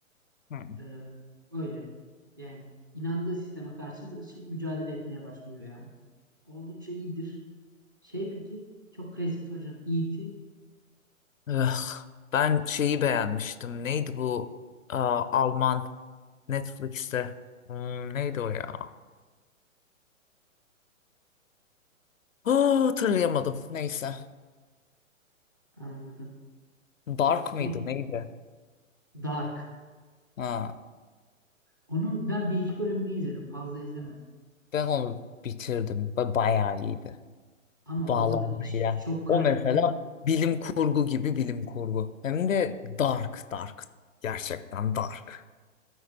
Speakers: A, on the left; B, on the right.
A: hmm.
B: Ee, öyle. Yani inandığı sisteme karşı ç- mücadele etmeye başlıyor yani. Oldukça iyidir. Şey peki çok klasik soracağım. E.T.
A: Ugh, ben şeyi beğenmiştim. Neydi bu? Aa, Alman. Netflix'te. Hmm, neydi o ya? Aa, hatırlayamadım. Neyse.
B: anladım.
A: Dark
B: Peki
A: mıydı neydi?
B: Dark.
A: Ha,
B: Onun ben bir iki bölümünü izledim. Fazla izlemedim.
A: ben onu bitirdim. Ba- Bayağı iyiydi.
B: Ama
A: Bağlamıyla.
B: orada da iş- çok kar-
A: O mesela
B: çok
A: bilim kurgu gibi bilim kurgu. Hem de dark dark. Gerçekten dark.